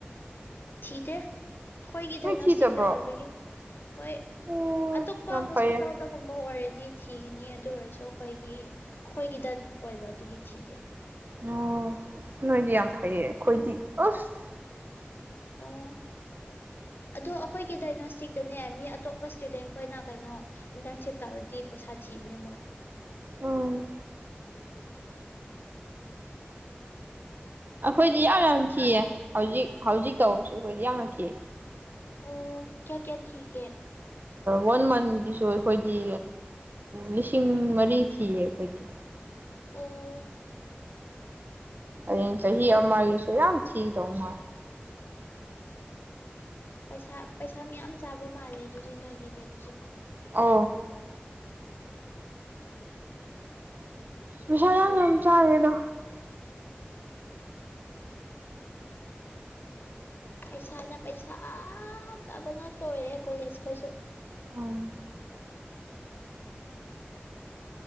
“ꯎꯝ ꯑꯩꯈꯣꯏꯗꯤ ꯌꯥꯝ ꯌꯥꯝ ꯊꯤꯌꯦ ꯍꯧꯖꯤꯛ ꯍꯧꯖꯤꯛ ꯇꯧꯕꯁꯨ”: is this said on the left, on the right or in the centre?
Right